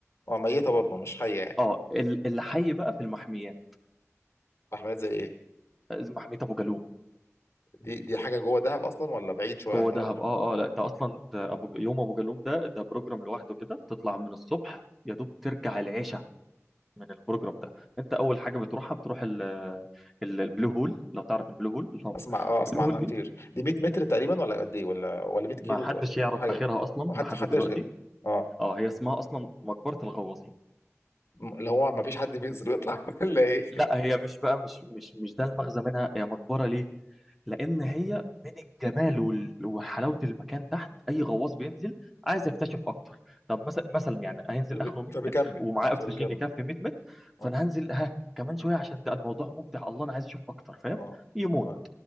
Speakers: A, on the left (about 60°); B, in the centre.
A: اه ميته برضه مش حيه يعني
B: اه ال- اللي حي بقى في المحميات
A: احمد زي ايه
B: آه، محميه ابو جالوم
A: دي دي حاجه جوه دهب اصلا ولا بعيد شويه
B: جوه
A: عن دهب
B: دهب اه اه لا ده اصلا ده ابو يوم ابو جالوم ده ده بروجرام لوحده كده بتطلع من الصبح يا دوب ترجع العشاء من البروجرام ده انت اول حاجه بتروحها بتروح ال- ال- البلو هول لو تعرف البلو هول لو-
A: اسمع اه
B: البلو
A: اسمع
B: هول
A: عنها
B: دي
A: كتير دي 100 متر تقريبا ولا قد ايه ولا ولا 100 كيلو
B: ما حدش
A: ولا
B: يعرف
A: حاجه
B: اخرها اصلا
A: ما حد
B: لحد
A: حدش
B: دلوقتي
A: جا. اه
B: اه هي اسمها اصلا مقبره الغواصين
A: م- اللي هو ما فيش حد بينزل ويطلع <laughs> ولا ايه
B: لا هي مش بقى مش مش مش ده المغزى منها هي مقبره ليه لان
A: مم.
B: هي من الجمال وال- وحلاوه المكان تحت اي غواص بينزل عايز يكتشف اكتر طب مثلا مثلا يعني هينزل
A: فب-
B: اخره 100
A: فبيكمل
B: متر ومعاه
A: اه فبيكمل
B: اكسجين يكفي 100 متر فانا
A: اه
B: هنزل ها كمان شويه عشان ده الموضوع ممتع الله انا عايز اشوف اكتر فاهم
A: اه
B: يموت
A: اه